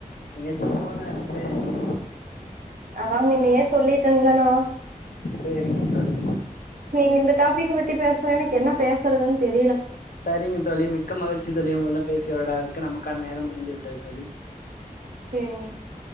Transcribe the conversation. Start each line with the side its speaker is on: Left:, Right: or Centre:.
Left: எங்காச்சு போன எடத்ல எதாச்சு
Right: அதா முன்னேயே சொல்லிட்டு இருந்தே ணா
Left: சேரிங்க தோழி
Right: நீங்க இந்த டாபிக் பத்தி பேசுனா எனக்கு என்ன பேசுறதுனு தெரிய
Left: சரிங்க தோழி மிக்க மகிழ்ச்சி தோழி உங்களோட பேசியவரடாக இருக்கு நமக்கான நேரம் முடிந்து விட்டது தோழி
Right: சேரிங்க